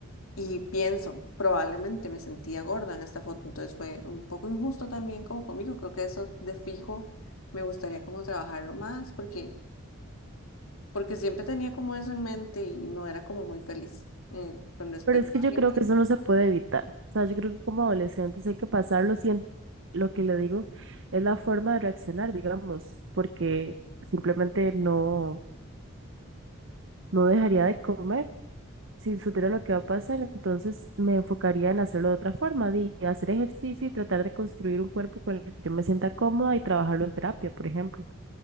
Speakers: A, on the left; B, on the right.
A: Y pienso, probablemente me sentía gorda en esta foto. Entonces fue un poco injusto también como conmigo. Creo que eso de fijo me gustaría como trabajarlo más porque, porque siempre tenía como eso en mente y no era como muy feliz eh, con respecto
B: Pero es que
A: a
B: yo
A: mi
B: creo que eso no se puede evitar. O sea, yo creo que como adolescentes hay que pasarlo. Siento, lo que le digo es la forma de reaccionar, digamos, porque simplemente no, no dejaría de comer si supiera lo que va a pasar. Entonces me enfocaría en hacerlo de otra forma, de hacer ejercicio y tratar de construir un cuerpo con el que yo me sienta cómoda y trabajarlo en terapia, por ejemplo.